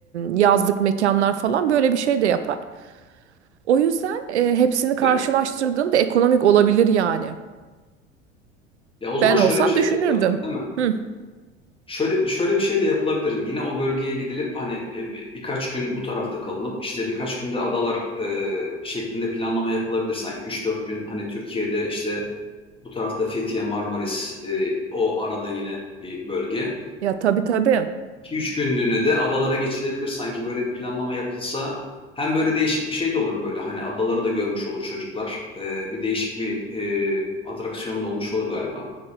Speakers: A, on the right; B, on the left.
A: yazlık mekanlar falan böyle bir şey de yapar. O yüzden e, hepsini karşılaştırdığında
B: ben
A: ekonomik olabilir yani.
B: ya o zaman
A: Ben
B: şöyle
A: olsam
B: bir şey
A: düşünürdüm.
B: de yapılabilir değil mi?
A: Hı.
B: Şöyle bir şöyle bir şey de yapılabilir. Yine o bölgeye gidilip hani e, bir- birkaç gün bu tarafta kalınıp işte birkaç günde adalar e, şeklinde planlama yapılabilir sanki. üç dört gün hani Türkiye'de işte Bu tarafta Fethiye, Marmaris e, o arada yine bir bölge.
A: Ya tabii tabii.
B: 2 üç günlüğüne de adalara geçilebilir. Sanki böyle bir planlama yapılsa hem böyle değişik bir şey de olur böyle hani adaları da görmüş olur çocuklar. E, bir değişik bir e, atraksiyon da olmuş olur galiba.